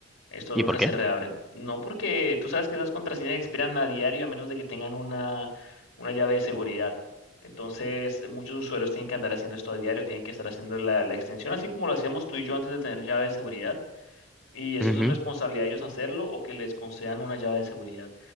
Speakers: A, on the left; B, in the centre.
A: Estos
B: ¿Y
A: nunca
B: por qué?
A: se reabren. No porque tú sabes que esas contraseñas expiran a diario a menos de que tengan una, una llave de seguridad. Entonces, muchos usuarios tienen que andar haciendo esto a diario, tienen que estar haciendo la, la extensión, así como lo hacíamos tú y yo antes de tener llave de seguridad. Y eso
B: Ujú,
A: es responsabilidad de ellos hacerlo o que les concedan una llave de seguridad.